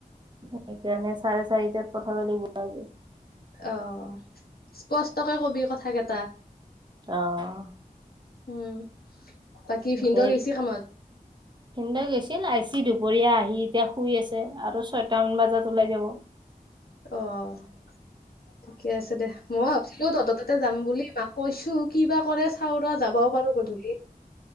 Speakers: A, on the right; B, on the left.
A: সেইকাৰণে চাৰে চাৰিটাত পঠাব লাগিব আজি।
B: অ স্পষ্টকে কবি কথা কেইটা।
A: অ'।
B: উম। বাকী ভিনদেউ
A: দেে <unintelligible> ই
B: গৈছি কামত
A: পিন্দ গৈছিল আহ সি দুপৰীয়া আহি এতিয়া শুই আছে আৰু ছয়টামান বজাত ওলাই যাব।
B: অ' ঠিকে আছে দে মই ভাবছিলো তহঁত তাতে যাম বুলি মাক কৈছো কিবা কৰে চাউ ৰ যাবও পাৰো গধূলি।